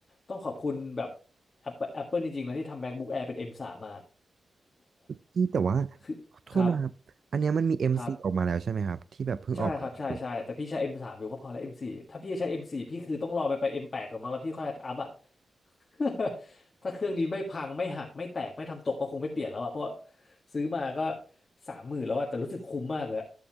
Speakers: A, on the left (about 45°); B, on the right (about 55°).
A: ต้องขอบคุณแบบ Apple, Apple จริงๆนะที่ทำ MacBook Air เป็น M3 มทรีมา
B: พี่แต่ว่า
A: <laughs> คือครับ
B: ขอโทษนะครับอันเนี้ยมันมีเอ็มซีออกมาแล้วใช่ไหมครับที่แบบเพิ่งออกมาล่าสุด
A: ครับ ใช่ครับใช่ใช่แต่พี่ใช้ M3 อมสามอยู่ก็พอแล้ว M4 ถ้าพี่จะใช้ M4 พี่คือต้องรอมันไป M8 ก่อนมั้งแล้วพี่ค่อยอัพอ่ะ <laughs> ถ้าเครื่องนี้ไม่พังไม่หักไม่แตกไม่ทำตกก็คงไม่เปลี่ยนแล้วอ่ะเพราะซื้อมาก็สามหมื่นแล้วอ่ะแต่รู้สึกคุ้มมากเลยอะ